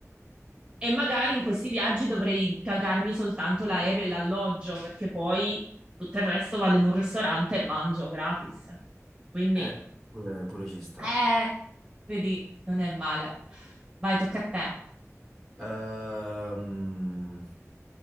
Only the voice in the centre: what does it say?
eh, pure, pure ci sta.
Ehm,